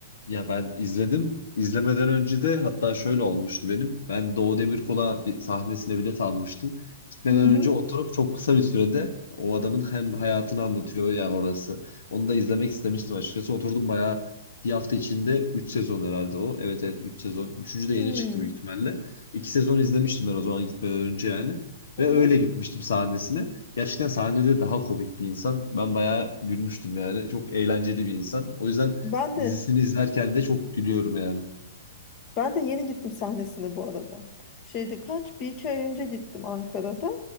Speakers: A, on the left; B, on the left.
A: Ya ben izledim. İzlemeden önce de hatta şöyle olmuştu benim. Ben Doğu Demirkol'a bir sahnesine bilet almıştım. Gitmeden
B: Hı hı.
A: önce oturup çok kısa bir sürede o adamın hem hayatını anlatıyor ya orası. Onu da izlemek istemiştim açıkçası. Oturdum bayağı bir hafta içinde 3 sezon herhalde o. Evet evet 3 sezon. Üçüncü de yeni
B: Hmm.
A: çıktı büyük ihtimalle. 2 sezon izlemiştim ben o zaman gitmeden önce yani. Ve
B: Hı hı.
A: öyle gitmiştim sahnesine. Gerçekten sahnede daha komik bir insan. Ben bayağı gülmüştüm yani. Çok eğlenceli bir insan. O yüzden
B: Ben de
A: Dizisini izlerken de çok gülüyorum yani.
B: ben de yeni gittim sahnesine bu arada. Şeydi kaç bir iki ay önce gittim Ankara'da.